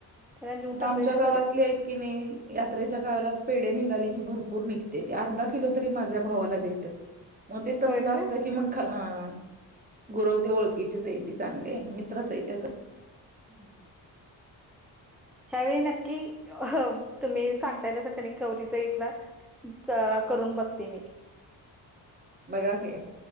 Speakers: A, in the centre; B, on the right.
A: त्यांना देऊन
B: आता
A: टाकलेले
B: आमच्या गावातले
A: बरे
B: हाईत. की नाही यात्रेच्या काळाला पेढ निघाले की भरपूर निघत्या ती अर्धा किलो तरी माझ्या भावाला देते. म ते तसलं
A: होय काय
B: असलं की मंग ख हं गुरव ते ओळखीचेच हाईत ते चांगलेये मित्रचय त्याज
A: <unintelligible> ह्यावेळी नक्की हो तुम्ही सांगताय तसं करीन गौरीच एकदा त अ करून बघते मी
B: बघा की